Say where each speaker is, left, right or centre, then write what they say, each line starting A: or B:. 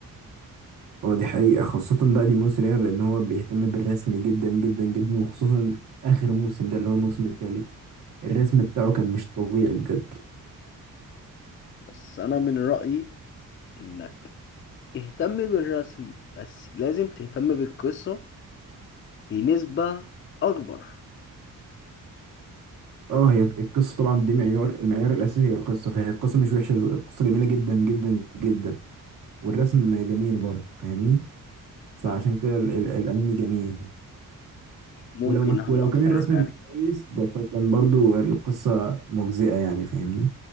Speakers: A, on the right; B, on the left.
A: هو دي حقيقة خاصة بقى ديمون سلاير لأن هو بيهتم بالرسم جدا جدا جدا وخصوصا آخر موسم ده اللي هو الموسم التالت الرسم بتاعه كان مش طبيعي بجد
B: بس انا من رايي انك اهتم بالرسم بس لازم تهتم بالقصه بنسبه اكبر
A: اه هي القصة طبعا دي معيار المعيار الأساسي هي القصة فهي القصة مش وحشة القصة جميلة جدا جدا جدا والرسم جميل برضه فاهمني فعشان
B: ف-
A: كده ال ال الأنمي جميل
B: ممكن
A: ولو ما
B: هبقى
A: ولو كان
B: اتفرج
A: الرسم
B: عليه
A: مش كويس بس كان برضه القصة مجزئة يعني فاهمني